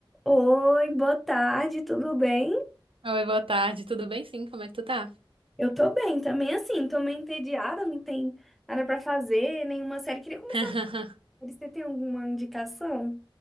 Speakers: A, in the centre; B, on the right.
A: Oi, boa tarde, tudo bem?
B: Oi, boa tarde. Tudo bem? Sim, como é que tu tá?
A: Eu tô bem também, assim, tô meio entediada, não tem nada pra fazer, nenhuma série. Queria começar
B: <laughs>
A: a série, você tem alguma indicação?